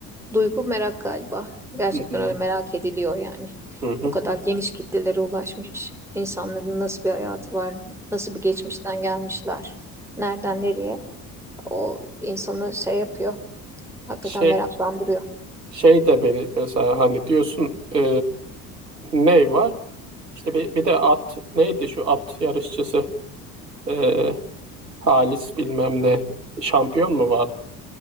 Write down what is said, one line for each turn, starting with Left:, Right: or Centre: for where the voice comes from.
Centre: duygu merak galiba. Gerçekten
Right: Hı hı.
Centre: öyle merak ediliyor yani.
Right: Hı hı.
Centre: Bu kadar geniş kitlelere ulaşmış insanların nasıl bir hayatı var, nasıl bir geçmişten gelmişler, nereden nereye o insanı şey yapıyor. Hakikaten
Right: Şey
Centre: meraklandırıyor.
Right: şey de beni mesela hani diyorsun e, ne var? İşte bir, bir de at neydi şu at yarışçısı E, Halis bilmem ne şampiyon mu vardı?